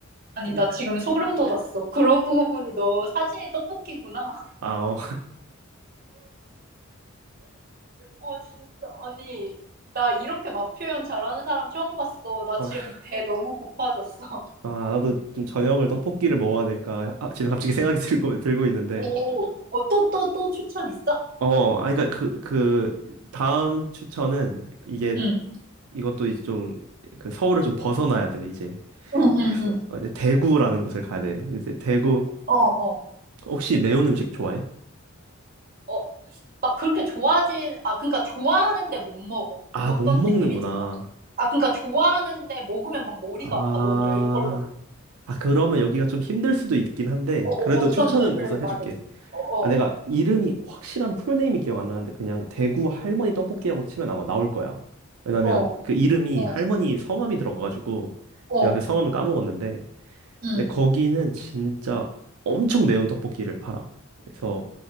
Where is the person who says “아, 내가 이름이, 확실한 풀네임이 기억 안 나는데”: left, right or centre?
Right